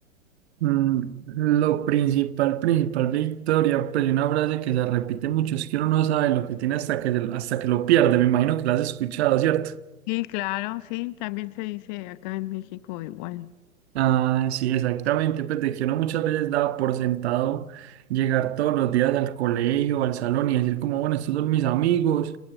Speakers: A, on the right; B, on the left.
A: Mm, Lo principal, principal, Victoria, pues hay una frase que se repite mucho, es que uno no sabe lo que tiene hasta que, hasta que lo pierde, me imagino que la has escuchado, ¿cierto?
B: Sí, claro, sí, también se dice acá en México igual.
A: Ah, sí, exactamente, pues de que uno muchas veces daba por sentado llegar todos los días al colegio, al salón y decir como, bueno, estos son mis amigos